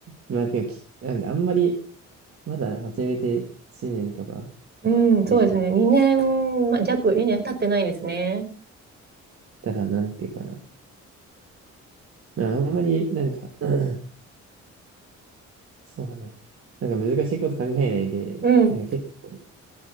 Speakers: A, on the right; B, on the right.
A: まあ、でもき、なんかあんまり、まだ始めて1年とか
B: うん、そうですね。
A: でし
B: 2年、まあ、弱、2年経ってないですね。
A: たら、なんていうかな。まあ、あんまり、なんか、<clears throat> そうだな。なんか難しいこと考えないで、
B: うん、
A: なんか結構、